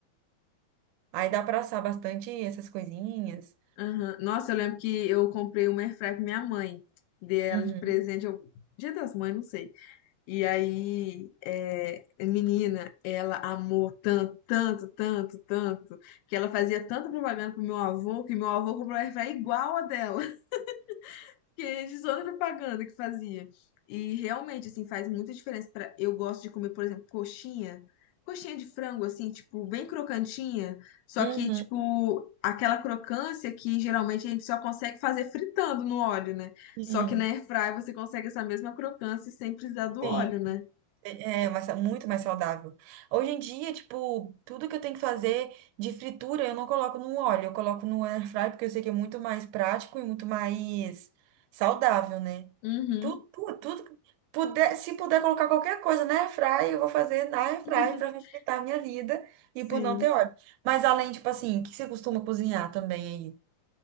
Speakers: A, on the right; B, on the left.
A: Aí dá pra assar bastante essas coisinhas.
B: aham. Nossa, eu lembro que eu comprei uma airfry pra minha mãe, dei ela
A: Uhum.
B: de presente, eu, Dia das Mães, não sei. E aí, é, menina, ela amou tanto, tanto, tanto, tanto, que ela fazia tanta propaganda pro meu avô, que meu avô comprou uma airfryer igual a dela, <laughs> que é de toda propaganda que fazia. E realmente, assim, faz muita diferença para eu gosto de comer, por exemplo, coxinha, coxinha de frango, assim, tipo, bem crocantinha, só
A: Uhum.
B: que, tipo, aquela crocância que geralmente a gente só consegue fazer fritando no óleo, né?
A: Sim,
B: Só que na airfryer você consegue essa mesma crocância sem precisar do
A: sim.
B: óleo, né?
A: É, é mais sa- muito mais saudável. Hoje em dia, tipo, tudo que eu tenho que fazer de fritura, eu não coloco no óleo, eu coloco no air fry, porque eu sei que é muito mais prático e muito mais saudável, né?
B: Uhum.
A: Tudo, tudo, tudo que puder, se puder colocar qualquer coisa na air fry, eu vou fazer na air fry
B: <laughs>
A: para facilitar a minha vida e
B: Sim.
A: por não ter óleo. Mas além, tipo assim, o que você costuma cozinhar também